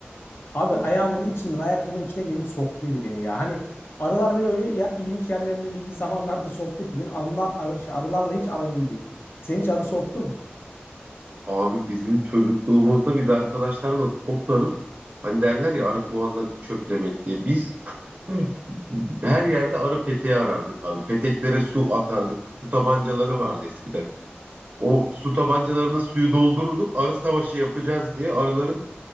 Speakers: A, on the left; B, on the right.
A: Abi
B: Of
A: ayağımın içinden ayakkabının içine girmiş soktuydu beni ya. Hani arılar beni öyle ya, ilginç yerlerimde ilginç <laughs> zamanlarda soktu ki benim anla, arı, şey, arılarla hiç aram iyi değil. Senin hiç arı soktu mu?
B: abi bizim çocukluğumuzda biz arkadaşlarla toplanıp hani derler ya arı kovanla çöplemek diye. Biz Hı. her yerde arı peteği arardık abi. Peteklere su atardık. Su tabancaları vardı eskiden. O su tabancalarına suyu doldururduk. Arı savaşı yapacağız diye arıların